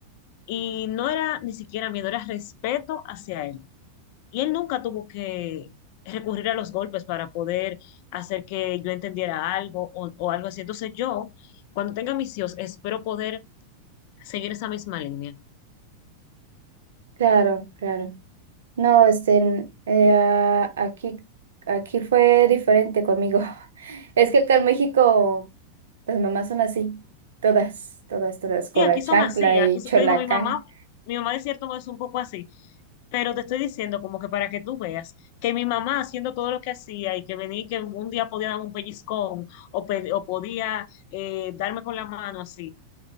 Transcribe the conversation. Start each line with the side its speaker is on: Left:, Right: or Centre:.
Left: Y no era ni siquiera miedo, era respeto hacia él. Y él nunca tuvo que recurrir a los golpes para poder hacer que yo entendiera algo o, o algo así. Entonces yo, cuando tenga mis hijos, espero poder seguir esa misma línea.
Right: Claro, claro. No, este, eh, aquí, aquí fue diferente conmigo. <laughs> Es que acá en México las mamás son así, todas, todas, todas, con
Left: Y aquí
Right: la chancla
Left: son así, aquí
Right: y
Left: so-
Right: cholacán.
Left: te digo, mi mamá, mi mamá de cierto modo es un poco así, pero te estoy diciendo como que para que tú veas que mi mamá haciendo todo lo que hacía y que venía y que un día podía darme un pellizcón o, pe- o podía eh, darme con la mano así,